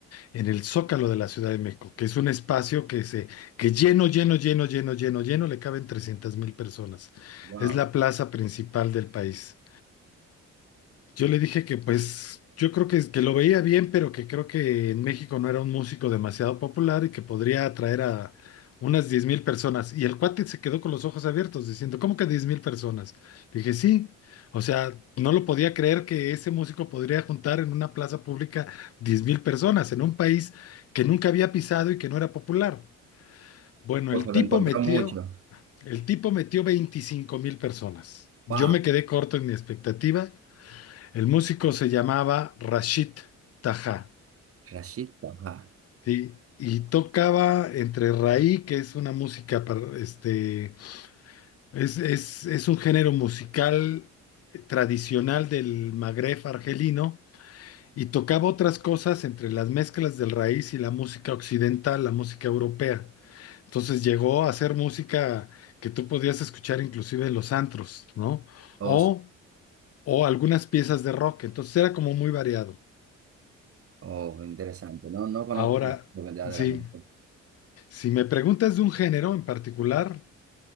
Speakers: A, on the left; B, on the right.
A: en el Zócalo de la Ciudad de México, que es un espacio que se, que lleno, lleno, lleno, lleno, lleno, lleno, le caben trescientas mil personas.
B: Wow.
A: Es la plaza principal del país. Yo le dije que pues yo creo que, que lo veía bien, pero que creo que en México no era un músico demasiado popular y que podría atraer a unas diez mil personas. Y el cuate se quedó con los ojos abiertos diciendo, ¿cómo que diez mil personas? Le dije, sí. O sea, no lo podía creer que ese músico podría juntar en una plaza pública diez mil personas en un país que nunca había pisado y que no era popular. Bueno,
B: O
A: el
B: se lo
A: tipo
B: encontró
A: metió,
B: mucho.
A: el tipo metió veinticinco mil personas. Yo
B: Wow,
A: me quedé corto en mi expectativa el músico se llamaba Rashid Taha,
B: Rashid Taha.
A: ¿sí? Y tocaba entre raí, que es una música, par- este, es, es- es un género musical eh, tradicional del Magreb argelino, y tocaba otras cosas entre las mezclas del raíz y la música occidental, la música europea. Entonces llegó a hacer música que tú podías escuchar inclusive en los antros, ¿no?
B: Oh,
A: O,
B: s-
A: o algunas piezas de rock. Entonces era como muy variado.
B: oh, interesante. No, no conozco
A: Ahora,
B: verdaderamente.
A: sí. Si me preguntas de un género en particular,